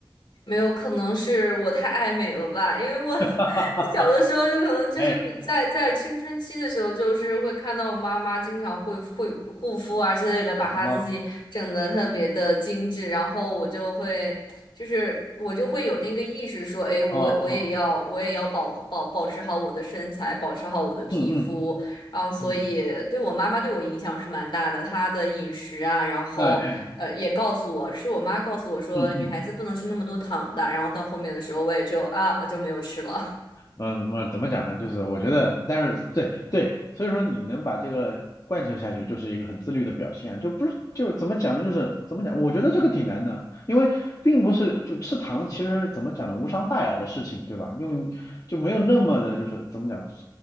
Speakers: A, on the left; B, on the left.
A: 没有，可能是我太爱美了吧，因为我
B: <laughs>
A: <laughs> 小的时候就可能就是比在在青春期的时候，
B: 哎，
A: 就是会看到我妈妈经常会会护肤啊之类的，把她自己整的特别的精致，
B: 啊
A: 然后我就会就是我就会有那个意识说，哎，我我也要我也要保保保持好我的身材，
B: 啊啊，
A: 保持好我的皮肤，
B: 嗯嗯
A: 然后所以对我妈妈对我影响是蛮大的，
B: 嗯，
A: 她的饮食啊，然后呃，
B: 哎哎，
A: 也告诉我，是我妈告诉我说，
B: 嗯嗯。
A: 女孩子不能吃那么多糖的。然后到后面的时候，我也就啊就没有吃了。
B: 嗯，我怎么讲呢？就是我觉得，但是对对，所以说你能把这个贯彻下去，就是一个很自律的表现啊，就不是就怎么讲呢？就是怎么讲？我觉得这个挺难的，因为并不是就吃糖，其实怎么讲呢？无伤大雅的事情，对吧？用就没有那么的，就是怎么讲，